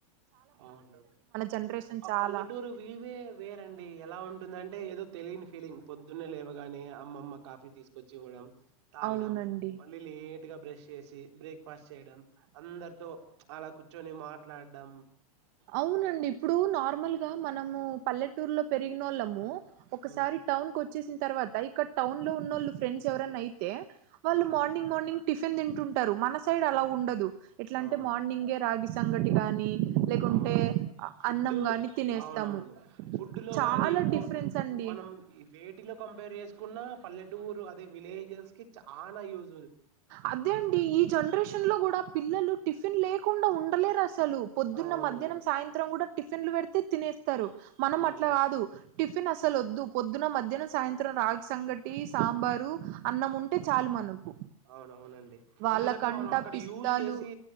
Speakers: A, on the right; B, on the right.
A: ఆవులు
B: జనరేషన్
A: ఆ
B: చాలా
A: పల్లెటూరు వివే వేరండి ఎలా ఉం ఉంటుందంటే ఏదో తెలియని ఫీలింగ్ పొద్దున్నే లేవ గాని అమ్మమ్మ కాఫీ తీసుకొచ్చి ఇవ్వడం తాగడం
B: అవునండి
A: మళ్ళీ లేట్ గా బ్రష్ చేసి బ్రేక్ఫాస్ట్ చేయడం అందరితో అలా కూచొని మాట్లాడం
B: అవునండి ఇప్పుడు నార్మల్ గా మనము పల్లెటూర్లో పెరిగినోళ్ళము ఒకసారి
A: ఉమ్,
B: టౌన్ కు వోచ్చేసిన తర్వాత ఇక్కడ టౌన్ లో ఉన్నోళ్ళు ఫ్రెండ్స్ ఎవరన్న అయితే వాళ్ళు
A: ఆ
B: మ మార్నింగ్ మార్నింగ్ టిఫిన్ తింటుంటరు మన సైడ్ అలా ఉండదు ఎట్ల అంటే
A: అవును
B: మార్నింగే రాగి సంగటి గాని లేకుంటే
A: అవును
B: అ
A: ఫుడ్డు
B: అన్నం గాని తినేస్తాము
A: అవునవును ఫుడ్డులో
B: చాలా
A: గానీ ఇంకో
B: డిఫరెన్స్ అండి
A: మనం ఈ వీటిలో కంప ర్ చేసుకున్న పల్లెటూరు అదే విలేజెస్ కి చానా యూస్
B: అదే అండి ఈ జనరేషన్ లో గుడా పిల్లలు టిఫిన్ లేకుండ ఉండలేరు అసలు పొద్ పొదున్న
A: అవునవును
B: మధ్యాహ్నం సాయంత్రం గుడా టిఫిన్లు పెడితే తినేస్తారు మనం
A: అవును
B: అట్లా గాదు టిఫిన్ అసలు వద్దు పొద్దున మధ్యానం సాయంత్రం రాగి సంగటి సాంబారు అన్నం ఉంటే చాలు మనకు
A: అవునుఅవునండి
B: వాళ్ళకంట
A: ఎందుకంటే మనం అక్కడ
B: పిస్తాలు
A: యూస్ చేసి